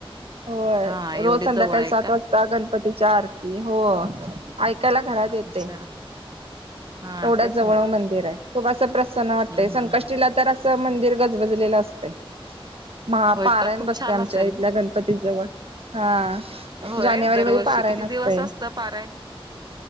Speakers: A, on the right; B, on the right.
A: होय
B: हा एवढी
A: रोज संध्याकाळी
B: जवळ आहे
A: सात
B: का
A: वाजता गणपतीच्या आरती हो ऐकायला घरात
B: अच्छा
A: येतय
B: हा
A: एवढ्या
B: तेच
A: जवळ
B: ना
A: मंदिर हाय. खूप असं प्रसन वाटतंय
B: हम्म
A: संकष्टीला
B: हम्म हम्म
A: तर असं मंदिर गजबजलेलं असतंय. महा
B: होय
A: पारायण
B: का खूप
A: बसते
B: छान
A: आमच्या
B: असेल
A: इथल्या गणपती जवळ हा.
B: होय
A: जानेवारी
B: दरवर्षी
A: मध्ये पारायण
B: किती
A: असतय
B: दिवस असतं पारायण?